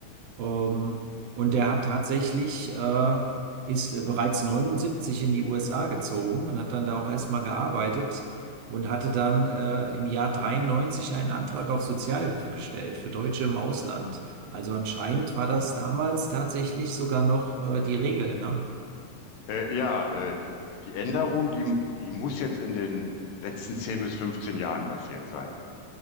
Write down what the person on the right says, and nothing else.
Ähm, und der hat tatsächlich, äh, ist bereits 79 in die USA gezogen und hat dann da auch erstmal gearbeitet und hatte dann äh, im Jahr 93 einen Antrag auf Sozialhilfe gestellt für Deutsche im Ausland. Also anscheinend war das damals tatsächlich sogar noch äh, die Regel, ne?